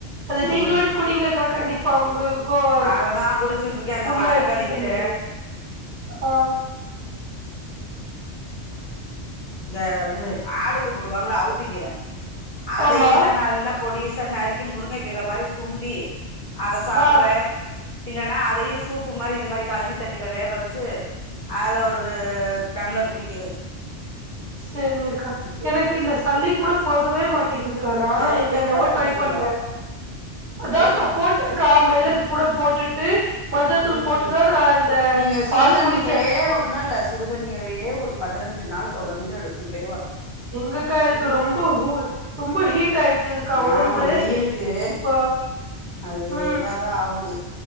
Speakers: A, on the right; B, on the left.
A: அது நீங்களோ
B: ம்
A: குடிங்ககாக்கா பொங்கலுக்கும் வச்சி
B: அததா குடிச்சுட்டு இருக்கே அந்த
A: புண்ணா
B: மணத்தக்காளி
A: ஆயிடுச்சி சொன்னீங்களே
B: கீர
A: ஆ
B: இந்த அது ஆடுக்கு போடுவாங்களா அவுத்திக்கீற அதையும்
A: ஆமா
B: தான் நல்லா பொடிசா நறுக்கி முருங்கக்கீற மாரி சுண்டி அத சாப்படறேன்
A: ஆ
B: இல்லன்னா அதையும் சூப்பு மாரி இது மாரி கழனி தண்ணியில வேக வச்சி அதுல ஒரு டம்ளர் குடிக்கிறது
A: சரிங்கக்கா எனக்கு இந்த சளி கூட போகவே மாட்டிங்குது அக்கா நானும்
B: அதுல
A: என்னென்னவோ
B: பெப்பர் போட்டுக்கோங்க
A: ட்ரை பண்றேன் அதான்க்கா
B: மெளகு
A: போட்டேக்கா
B: போட்டு
A: மெளகு கூட போட்டுட்டு மஞ்சத்தூள்
B: ம்
A: போட்டுதான் நான் இந்த
B: நீங்க சுடுதண்ணியே
A: பால் குடிச்சேன்
B: ஒண்ணும் இல்ல சுடுதண்ணியவே ஒரு பதினஞ்சு நாள் தொடர்ந்து எடுத்துக்கிட்டே வரணு
A: எங்கக்கா எனக்கு ரொம்ப கூல் ரொம்ப ஹீட் ஆயிருக்குக்கா
B: ஆமா
A: ஒடம்பு
B: வெயிலுக்கு
A: இப்ப
B: அது
A: ம்
B: இதாதான் ஆவுது